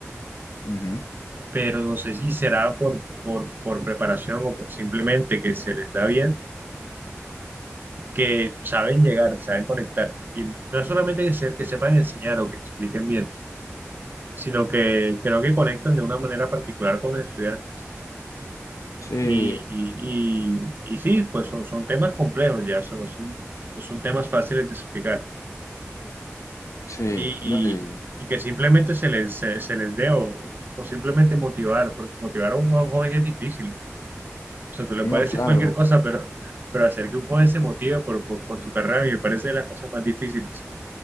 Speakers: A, on the left; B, on the right.
A: ujú.
B: pero no sé si será por, por, por preparación o por simplemente que se les da bien, que saben llegar, saben conectar. Y no no es solamente que, se- que sepan enseñar o que expliquen bien, sino que creo que conectan de una manera particular con los estudiantes.
A: Sí,
B: Y, y, y, y sí, pues son, son temas complejos ya, o sea, no son, no son temas fáciles de explicar.
A: sí,
B: Y,
A: no, y-
B: y que simplemente se les, se, se les dé o, o simplemente motivar, porque motivar a un, a un joven es difícil O sea, tú le
A: no,
B: puedes
A: claro.
B: decir cualquier cosa, pero, pero hacer que un joven se motive por, por, por su carrera me parece de las cosas más difíciles.